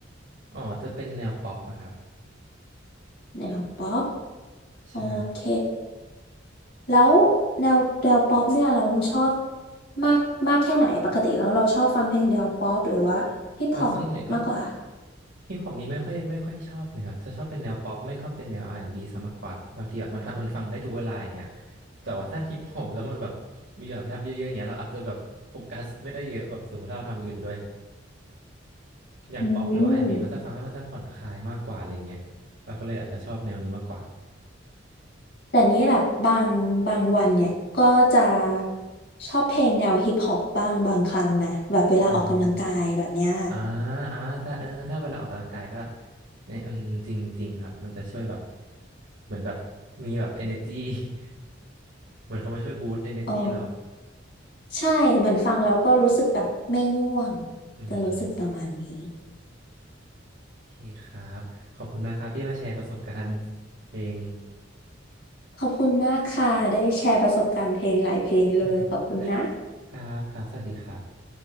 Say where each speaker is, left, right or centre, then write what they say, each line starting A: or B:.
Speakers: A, on the right; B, on the left.
A: <laughs> อ๋อจะเป็นแนวป๊อปนะครับ
B: แนวป๊อป
A: ใช่
B: โอเค แล้วแนวแนวป๊อปเนี่ยเราชอบมากมากแค่ไหน ปกติแล้วเราชอบฟังเพลงแนวป๊อปหรือว่าฮิปฮอปมากกว่า
A: อ๋อส่วนใหญ่ก็ ฮิปฮอปนี้ไม่ค่อยไม่ค่อยชอบเลยครับ จะชอบเป็นแนวป๊อปไม่ก็เป็นแนว R&B ซะมากกว่า บางทีแบบมันมันฟังได้ทุกเวลาอย่างเงี้ยแต่ว่าถ้าฮิปฮอปแล้วมันแบบมีแบบแรปเยอะๆอย่างเงี้ยเราอาจจะแบบโฟกัสไม่ได้เยอะแบบสมมติถ้าเราทำอย่างอื่นไปด้วยอย่างป๊อปหรือว่า
B: อื
A: R&B
B: ม
A: มันจะฟังแล้วมันจะผ่อนคลายมากกว่าอะไรเงี้ยเราก็เลยอาจจะชอบแนวนี้มากกว่า
B: แต่นี้แบบบางบางวันเนี่ยก็จะชอบเพลงแนวฮิปฮอปบ้างบางครั้งนะแบบเวลาออกกำลังกายแบบเนี้ย
A: อืมอ่าอ่าถ้าเออถ้าเวลาออกกำลังกายก็เนี่ยอืมจริงจริงครับมันจะช่วยแบบเหมือนแบบมีแบบ energy <laughs> เหมือนเขามาช่วยบูสต์ energy
B: โอ้
A: เรา
B: ใช่เหมือนฟังแล้วก็รู้สึกแบบไม่ง่วง
A: อืม
B: จะรู้สึกประมาณนี้
A: โอเคครับ ขอบคุณนะครับที่มาแชร์ประสบการณ์เพลง
B: ขอบคุณมากค่ะได้แชร์ประสบการณ์เพลงหลายเพลงเลยขอบคุณนะ
A: <laughs> ครับครับสวัสดีครับ